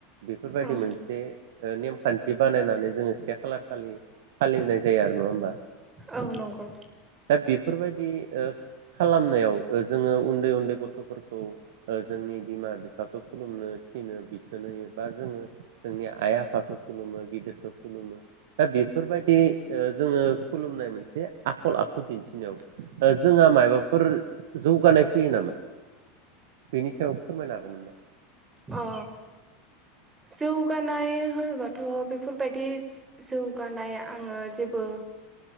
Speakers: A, on the right; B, on the right.
A: बेफोरबायदि
B: औ
A: मोनसे ओ नेमखान्थि बानायनानै जोङो से खालार खालि फालिनाय जायो आरो नङा होमबा
B: औ नंगौ
A: दा बेफोरबायदि ओ खालामनायाव ओ जोङो उन्दै-उन्दै गथ'फोरखौ ओ जोंनि बिमा बिफ फाखो खुलुमनो थिनो बिथोन होयो बा जोङो जोंनि आइ आफ फाखौ खुलुमो गिदिरखौ खुलुमो दा बेफोरबायदि ओ जोङो खुलुमनाय मोनसे आखल आखु दिन्थिनायाव जोंहा मायबाफोर जौगानाय फैयो नामा? बेनि सायाव फोरमायनो हागौमोन ना?
B: अ जौगानाय होनोबाथ' बेफोरबायदि जौगानाय आङो जेबो